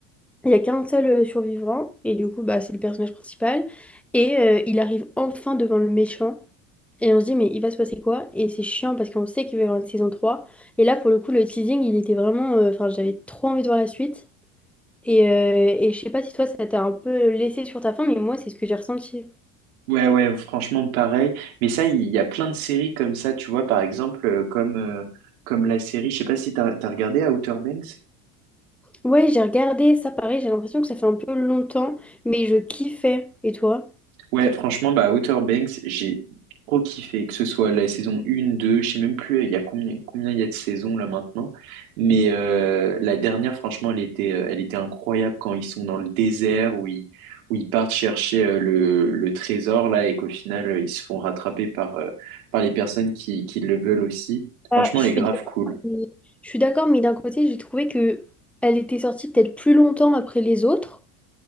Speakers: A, in the centre; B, on the right.
A: Il y a qu'un seul euh, survivant, et du coup, bah, c'est le personnage principal. Et euh, il arrive enfin devant le méchant, et on se dit, mais il va se passer quoi? Et c'est chiant parce qu'on sait qu'il va y avoir une saison trois Et là, pour le coup, le teasing, il était vraiment. euh, Enfin, j'avais trop envie de voir la suite. Et, euh, et je sais pas si toi, ça t'a un peu laissé sur ta faim, mais moi, c'est ce que j'ai ressenti.
B: Ouais, ouais, franchement, pareil. Mais ça, il y a plein de séries comme ça, tu vois, par exemple, euh, comme, euh, comme la série, je sais pas si t'as, t'as regardé Outer Banks?
A: Ouais, j'ai regardé ça, pareil, j'ai l'impression que ça fait un peu longtemps, mais je kiffais. Et toi?
B: Ouais, franchement, bah, Outer Banks, j'ai trop kiffé, que ce soit la saison 1, 2, je sais même plus, il y a combien, combien il y a de saisons là maintenant, mais euh, la dernière, franchement, elle était, euh, elle était incroyable quand ils sont dans le désert, où ils, où ils partent chercher euh, le, le trésor là, et qu'au final, euh, ils se font rattraper par, euh, par les personnes qui, qui le veulent aussi.
A: Ah,
B: Franchement,
A: je
B: elle
A: suis
B: est grave
A: d'accord,
B: cool.
A: mais, je suis d'accord, mais d'un côté, j'ai trouvé que elle était sortie peut-être plus longtemps après les autres.